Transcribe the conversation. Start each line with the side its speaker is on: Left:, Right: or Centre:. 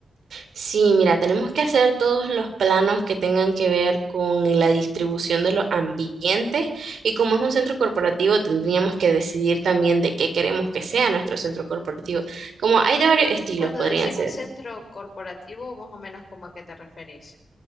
Right: Sí, mira, tenemos que hacer todos los planos que tengan que ver con la distribución de los ambientes y como es un centro corporativo, tendríamos que decidir también de qué queremos que sea nuestro centro corporativo. Como hay de varios estilos,
Left: Y cuando
Right: podrían
Left: decís
Right: ser.
Left: un centro corporativo, más o menos como a qué te referís.